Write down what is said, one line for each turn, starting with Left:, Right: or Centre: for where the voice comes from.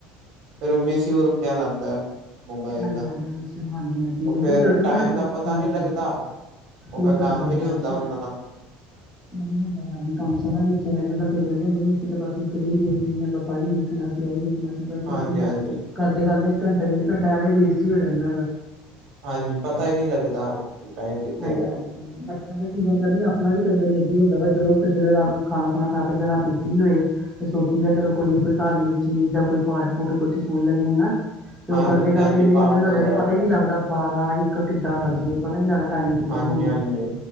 Right: ਫੇਰ ਉਹ ਮੇਸ਼ੀ ਮੱਣ ਕਿਆ ਲਾਂਦਾ। ਮੋਬਾਈਲ
Centre: ਹਾਂਜੀ
Right: ਦਾ,
Centre: ਹਾਂਜੀ ਹਾਂਜੀ ਹਾਂਜੀ ਹਾਂਜੀ
Right: ਉਹ
Centre: ਏਦਾਂ
Right: ਫੇਰ
Centre: ਹੀ ਕਰਦੇ
Right: ਟਾਈਮ
Centre: ਨੇ ਬੱਚੇ
Right: ਦਾ ਪਤਾ
Centre: ਠੀਕ
Right: ਨੀ ਲੱਗਦਾ
Centre: ਹੈ
Right: ਉਹ
Centre: ਨਹੀਂ
Right: ਫਿਰ
Centre: ਪਤਾ
Right: ਕੰਮ
Centre: ਲੱਗਦਾ
Right: ਵੀ ਨੀ ਹੁੰਦਾ ਉਹਨਾਂ ਦਾ
Centre: ਨਹੀਂ ਹੁੰਦਾ ਹਾਂਜੀ, ਕੰਮ ਸਾਰਾ ਵਿੱਚ ਰਹਿ ਜਾਂਦਾ, ਫਿਰ ਕਹਿੰਦੇ ਨਹੀਂ ਅਸੀਂ ਤਾਂ ਬਸ ਇੱਕ ਰੀਲ ਦੇਖਣੀ ਆ। ਬਸ ਆਈ ਦੇਖਣਾ ਸੀ ਆਹੀ ਦੇਖ ਨਾ ਸੀ। ਬਸ
Right: ਹਾਂਜੀ
Centre: ਉਹਦੇ ਲਈ
Right: ਹਾਂਜੀ।
Centre: ਕਰਦੇ-ਕਰਦੇ ਘੰਟਾ ਡੇਢ ਘੰਟਾ ਵੇਸਟ ਈ ਹੋ ਜਾਂਦਾ ਵਾ।
Right: ਹਾਂਜੀ, ਪਤਾ ਈ ਨੀ ਲੱਗਦਾ, ਟਾਈਮ ਕਿੱਥੇ
Centre: ਹਾਂਜੀ
Right: ਗਿਆ।
Centre: ਬੱਚਿਆਂ ਦੀ ਕੀ ਗੱਲ ਕਰਨੀ, ਆਪਣਾ ਵੀ ਕ‌ਈ ਵਾਰੀ ਅੱਗੇ ਹੁੰਦਾ ਵਾ, ਚਲੋਂ ਕਿਸੇ ਵੇਲੇ ਰਾਤ ਨੂੰ ਖਾਣਾ-ਖੂਣਾ ਖਾ ਕੇ ਜਾਂ ਰਾਤੀ ਫ੍ਰੀ ਹੋਏ ਤੇ ਸੋਚੀਦਾ ਚਲੋ ਕੋਈ ਨੀ, ਕੋਈ ਧਾਰਮਿਕ ਚੀਜ਼ ਜਾਂ ਕੋਈ ਪਾਠ-ਪੂਠ ਕੁੱਛ ਸੁਣ ਲੈਂਨੇ ਨਾ ਤੇ
Right: ਹਾਂਜੀ
Centre: ਉਹ ਕਰਦੇ-ਕਰਦੇ
Right: ਹਾਂਜੀ
Centre: ਇੰਨੇ
Right: ਪਾਠ
Centre: ਮਗਨ
Right: ਵਗੈਰਾ।
Centre: ਹੋ ਜਾਂਨੇ, ਪਤਾ ਈ ਨੀ ਲੱਗਦਾ ਬਾਰਾਂ, ਇੱਕ ਕਿੱਦਾਂ ਵੱਜਗੇ ਪਤਾ ਨੀ ਲੱਗਦਾ ਟਾਈਮ ਕਿੱਦਾਂ
Right: ਹਾਂਜੀ
Centre: ਹੋ ਗਿਆ।
Right: ਹਾਂਜੀ